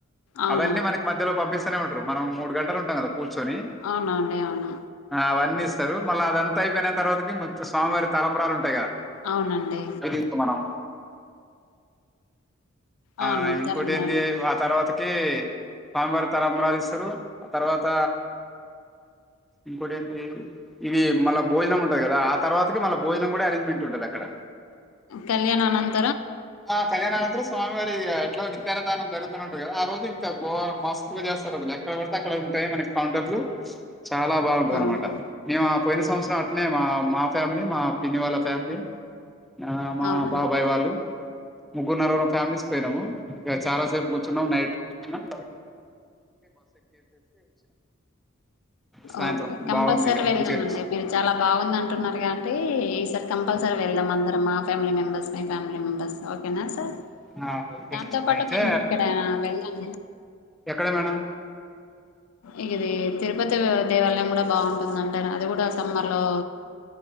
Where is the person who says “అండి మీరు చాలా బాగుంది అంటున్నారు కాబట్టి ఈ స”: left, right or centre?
Left